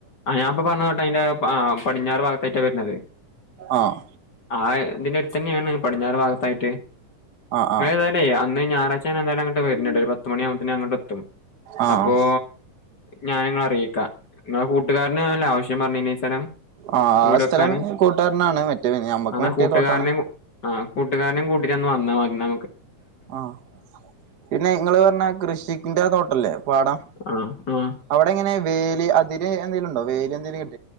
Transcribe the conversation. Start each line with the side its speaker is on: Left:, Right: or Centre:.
Left: ആഹ് ഞാൻപ്പൊ പറഞ്ഞത്തോട്ട അയിൻ്റെ ആഹ് പടിഞ്ഞാറ് ഭാഗത്തായിട്ടാ വരുന്നത്.
Right: ആഹ്
Left: ആഹ് ഇതിന്റെടുത്തെന്നേണ് പടിഞ്ഞാറ് ഭാഗത്തായിട്ട്.
Right: ആഹ്
Left: ഇങ്ങളേതായാല്
Right: ആഹ്
Left: അന്ന് ഞാറാഴ്ച ഞനെന്താലുങ്ങട്ട് വര്ന്ണ്ട് ഒരു പത്ത്മണിയാവുമ്പോത്തിനങ്ങട്ട് എത്തും
Right: ആഹ്
Left: അപ്പോ
Right: ആഹ്
Left: ഇപ്പോ ഞാനിങ്ങളറിയിക്ക ഇങ്ങളെ കൂട്ടുകാരനാല്ലെ ആവശ്യം പറഞ്ഞീനി സെലം
Right: ആ
Left: വീടൊക്കാന്
Right: സ്ഥലം കൂട്ടുകാരനാണ് മറ്റേ ഞമ്മക്ക്
Left: അന്നാ
Right: മറ്റേ
Left: കൂട്ടുകാരനേം
Right: തോട്ടാണ്
Left: ആഹ് കൂട്ടുകാരനെം കൂട്ടിട്ടന്ന് വ ന്നാമതി ന്ന
Right: ആഹ് പിന്നെ ഇങ്ങള് പറഞ്ഞാ കൃഷിക്ന്റെ തോട്ടല്ലേ പാടം
Left: ആഹ് ആഹ്
Right: അവിടെ എങ്ങനെ വേലി അതിര് എന്തേലുണ്ടോ വേലി എന്തെലും കെട്